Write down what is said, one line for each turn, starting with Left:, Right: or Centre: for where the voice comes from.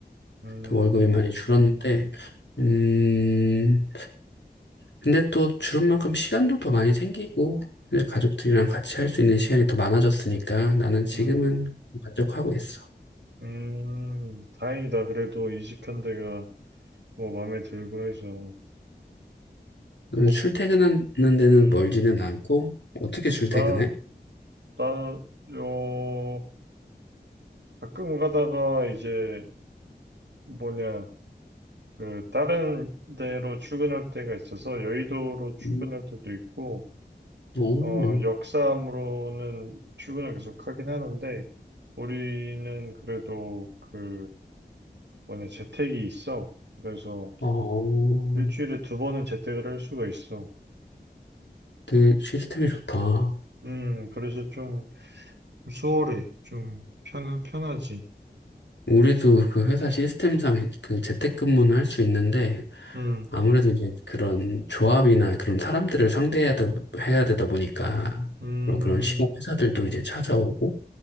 Right: 음,
Left: 월급이 많이 줄었는데, 음, 근데 또 주름 만큼 시간도 더 많이 생기고, 근데 가족들이랑 같이 할 수 있는 시간이 더 많아졌으니까 나는 지금은
Right: 음,
Left: 만족하고 있어.
Right: 음. 다행이다. 그래도 이직한 데가 뭐 마음에 들고 해서. 뭐,
Left: 음, 출퇴근하는 데는
Right: 음,
Left: 멀지는 않고, 어떻게 출퇴근해?
Right: 나, 나, 요, 가끔 가다가 이제 뭐냐, 그, 다른 데로 출근할 때가 있어서 여의도로 출근할
Left: 음.
Right: 때도 있고,
Left: 오,
Right: 어, 역사함으로는 출근을 계속 하긴 하는데, 우리는 그래도 그, 뭐냐, 재택이 있어. 그래서
Left: 어,
Right: 일주일에 두 번은 재택을 할 수가 있어.
Left: 되게 시스템이 좋다.
Right: 음, 그래서 좀 수월해. 좀 편, 편하지.
Left: 우리도 그 회사 시스템상 그 재택근무는 할 수 있는데,
Right: 음,
Left: 아무래도 이제 그런 조합이나 그런 사람들을 상대해야 되, 해야 되다 보니까,
Right: 음,
Left: 그런, 그런 시공 회사들도 이제 찾아오고,